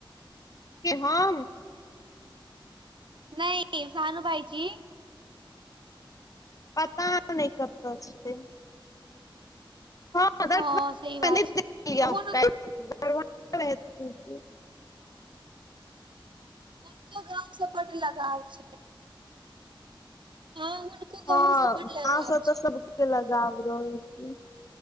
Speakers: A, on the left; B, on the right.
A: के, हम?
B: नहि, सानू भाइजी।
A: पता नहि कतऽ छै। <unintelligible>
B: हँ सही बात छै हुन हुनको गामसँ बड़ लगाव छै, हँ हुनको। गाँव
A: हँ,
B: से बड लगाव
A: एहसँ तऽ
B: छै
A: सभके लगाव रहै छै।